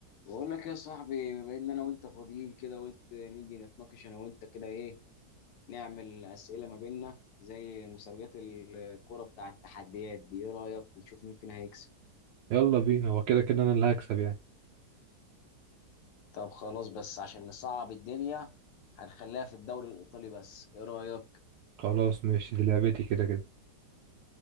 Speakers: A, on the left; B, on the right.
A: بقول لك يا صاحبي بما ان انا وانت فاضيين كده قلت نيجي نتناقش انا وانت كده ايه نعمل اسئله ما بيننا زي مسابقات الكوره بتاع التحديات دي ايه رايك ونشوف مين فينا هيكسب
B: يلا بينا هو كده كده انا اللي هكسب يعني
A: طب خلاص بس عشان نصعب الدنيا هنخليها في الدوري الايطالي بس ايه رايك
B: خلاص ماشي دي لعبتي كده كده